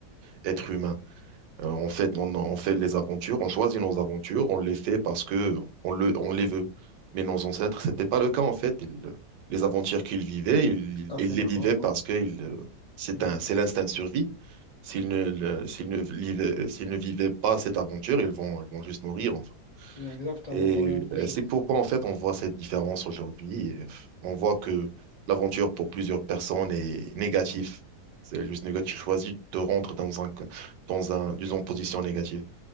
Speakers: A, on the right (about 75°); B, on the left (about 70°).
A: qu'êtres humains. Euh, en fait, on, on fait les aventures, on choisit nos aventures, on les fait parce que on le, on les veut. Mais nos ancêtres, c'était pas le cas, en fait. Ils- les aventures qu'ils vivaient, ils,
B: tout à
A: ils
B: fait
A: les
B: d'accord,
A: vivaient parce
B: oui.
A: que ils, euh, c'est
B: Mhm.
A: un, c'est l'instinct de survie. S'ils ne, le- s'ils ne vivaient, s'ils ne vivaient pas cette aventure, ils vont, ils vont juste mourir, enfin.
B: Exactement,
A: Et
B: ils vont rien manger.
A: euh, c'est pourquoi, en fait, on voit cette différence aujourd'hui. Et, euh, On voit que l'aventure pour plusieurs personnes est négative. C'est juste négatif. Tu choisis de te rendre dans un, dans un, disons, position négative.